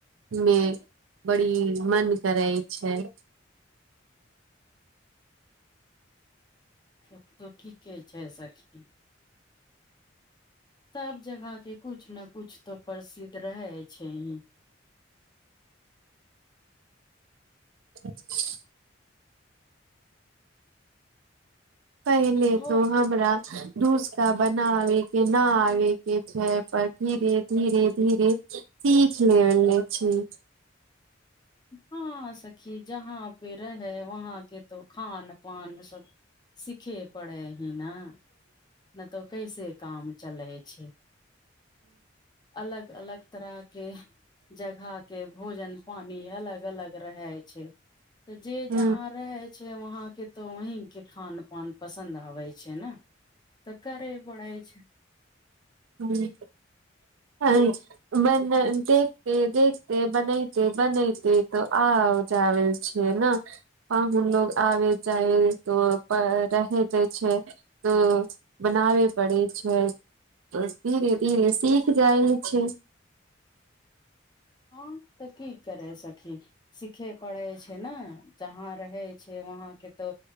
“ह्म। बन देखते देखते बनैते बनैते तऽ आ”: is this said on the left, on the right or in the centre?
Right